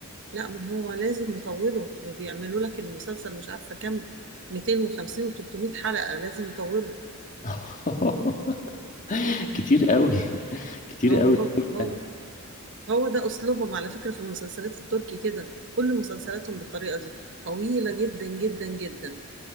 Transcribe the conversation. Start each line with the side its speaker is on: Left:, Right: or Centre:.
Right: لا ما هو لازم يطولوا بيعملوا لك المسلسل مش عارفة كام 250 و 300 حلقة لازم يطولوا
Left: <laughs> كتير قوي <laughs> كتير
Right: هو
Left: قوي
Right: هو هو
Left: يعني.
Right: هو ده أسلوبهم على فكرة في المسلسلات التركي كده كل مسلسلاتهم بالطريقة دي طويلة جدا جدا جدا